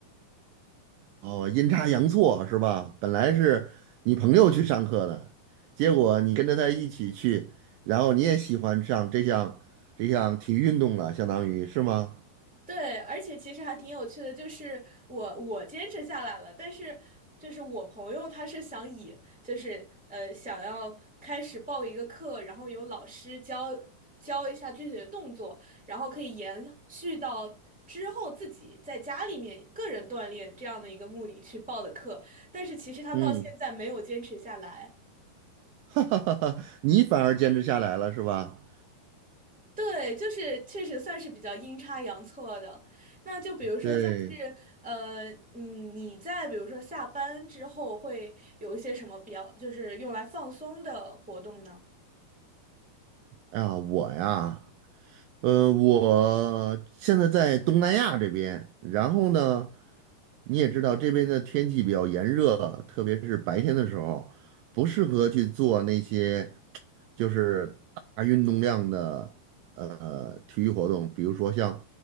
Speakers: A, on the right (about 90°); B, in the centre.
A: 哦，阴差阳错是吧？本来是你朋友去上课的，结果你跟着他一起去，然后你也喜欢上这项这项体育运动了，相当于是吗？
B: 对，而且其实还挺有趣的，就是我我坚持下来了，但是就是我朋友他是想以就是呃想要开始报一个课，然后有老师教教一下具体的动作，然后可以延续到之后自己在家里面个人锻炼这样的一个目的去报的课，但是其实他到现在没有坚持下来。
A: 嗯，<laughs> 哈哈哈哈，你反而坚持下来了是吧？
B: 对，就是确实算是比较阴差阳错的。那就比如说像是呃，
A: 对，
B: 你你在比如说下班之后会有一些什么比较，就是用来放松的活动呢？
A: 哎呀，我呀。呃，我现在在东南亚这边，然后呢，你也知道这边的天气比较炎热，特别是白天的时候，不适合去做那些就是大运动量的呃体育活动，比如说像